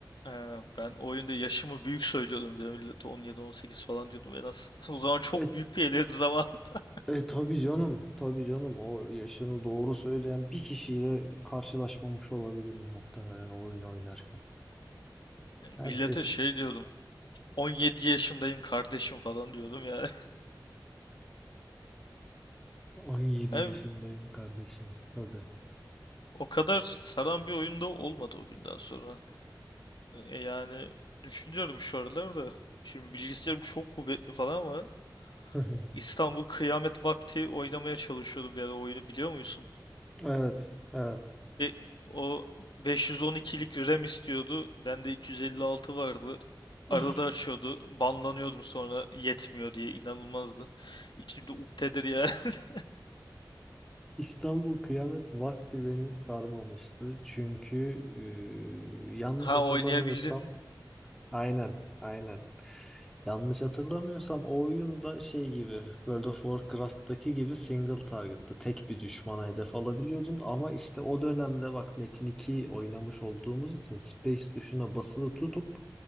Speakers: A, on the left (about 75°); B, in the centre.
A: Ee, ben o oyunda yaşımı büyük söylüyordum. Bir de millete 17-18 falan diyordum en az. <laughs> O zaman çok
B: E,
A: büyük bir geliyordu zaman. <laughs>
B: e, tabii canım, tabii canım. O yaşını doğru söyleyen bir kişiyle karşılaşmamış olabilirim muhtemelen o oyunu oynarken. Herkes
A: Millete şey diyordum. 17 yaşındayım kardeşim falan diyordum ya.
B: 17
A: Yani
B: yaşındayım kardeşim. Tabii.
A: o kadar saran bir oyunda olmadı o günden sonra. E, Yani düşünüyorum şu aralar da. Şimdi bilgisayarım çok kuvvetli falan ama
B: <laughs>
A: İstanbul kıyamet vakti oynamaya çalışıyordu bir ara oyunu biliyor musun?
B: Evet, evet.
A: Ve o 512'lik RAM istiyordu. Bende 256 vardı.
B: <laughs>
A: Arada açıyordu. Banlanıyordum sonra yetmiyor diye inanılmazdı. İçimde uktedir ya. <laughs>
B: İstanbul Kıyamet Vakti beni sarmamıştı. Çünkü e, yanlış
A: Ha
B: hatırlamıyorsam
A: oynayabildin.
B: aynen, aynen. Yanlış hatırlamıyorsam o oyun da şey gibi World of Warcraft'taki gibi single target'tı. Tek bir düşmana hedef alabiliyordun ama işte o dönemde bak Metin 2 oynamış olduğumuz için space tuşuna basılı tutup